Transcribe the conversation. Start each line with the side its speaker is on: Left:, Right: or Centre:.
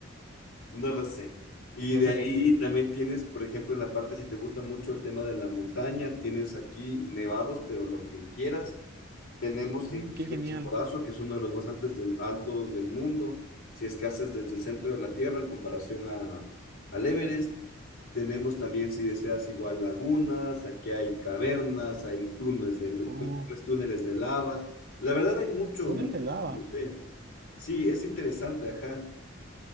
Left: no lo sé. Y
Right: No
Left: de
Right: se
Left: ahí
Right: confíen.
Left: también tienes, por ejemplo, en la parte, si te gusta mucho el tema de la montaña, tienes aquí nevados, pero lo que quieras. Tenemos
Right: Oh,
Left: inclusive
Right: qué genial.
Left: Chimborazo, que es uno de los más altos del, altos del mundo, si es que haces desde el centro de la Tierra en comparación a, al Everest. Tenemos también, si deseas, igual lagunas, aquí hay cavernas, hay túneles de,
Right: Oh,
Left: pues, túneles de lava. La verdad hay mucho,
Right: túneles
Left: mucho,
Right: de lava.
Left: no sé. Sí, es interesante, ajá.